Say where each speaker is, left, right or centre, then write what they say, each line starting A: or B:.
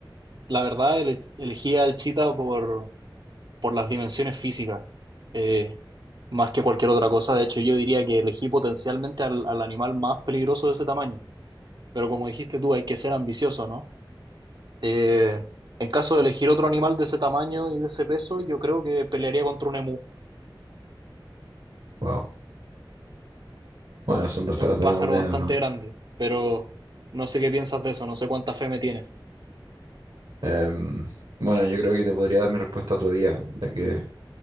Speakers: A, on the right; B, on the right.
A: la verdad el- elegí al chita por, por las dimensiones físicas, eh, más que cualquier otra cosa. De hecho, yo diría que elegí potencialmente al, al animal más peligroso de ese tamaño. Pero como dijiste tú, hay que ser ambicioso, ¿no? Eh, en caso de elegir otro animal de ese tamaño y de ese peso, yo creo que pelearía contra un emú.
B: Wow. Bueno, son dos
A: Es
B: caras
A: un
B: de
A: pájaro
B: la moneda,
A: bastante
B: ¿no?
A: grande, pero no sé qué piensas de eso, no sé cuánta fe me tienes.
B: Em, bueno, yo creo que te podría dar mi respuesta otro día, ya que